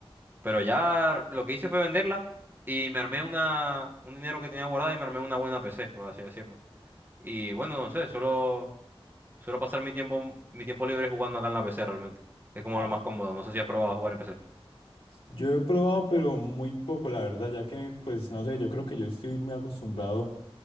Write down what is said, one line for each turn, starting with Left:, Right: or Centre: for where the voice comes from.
Right: Pero ya lo que hice fue venderla y me armé una, un dinero que tenía guardado y me armé una buena PC, por así decirlo. Y bueno, no sé, solo suelo pasar mi tiempo, mi tiempo libre jugando acá en la PC realmente. Es como
Left: Ah,
Right: lo más cómodo. No sé si has probado jugar en PC.
Left: yo he probado, pero muy poco, la verdad, ya que, pues, no sé, yo creo que yo estoy muy acostumbrado